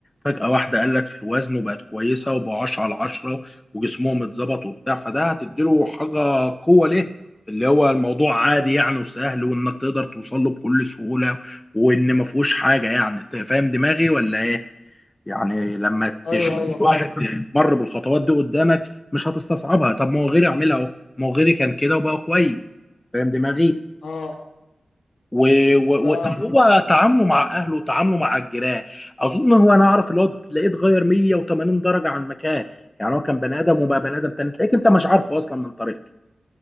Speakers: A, on the left (about 25°); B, on the left (about 85°).
A: فجاه واحده قلت في الوزن وبقت كويسه وبقوا 10 على 10 وجسمهم اتظبط وبتاع فده هتديله حاجه قوه ليه اللي هو الموضوع عادي يعني وسهل وانك تقدر توصل له بكل سهوله وان ما فيهوش حاجه يعني انت فاهم دماغي ولا ايه؟ يعني لما
B: ايوه
A: تشوف
B: ايوه فاهم
A: واحد مر بالخطوات دي قدامك مش هتستصعبها طب ما هو غيري عملها اهو ما هو غيري كان كده وبقى كويس فاهم دماغي
B: اه
A: و... و...
B: ف
A: و... طب هو تعامله مع اهله وتعامله مع الجيران اظن هو انا اعرف اللي هو تلاقيه اتغير 180 درجه عن مكان يعني هو كان بني ادم وبقى بني ادم تاني تلاقيك انت مش عارفه اصلا من طريقته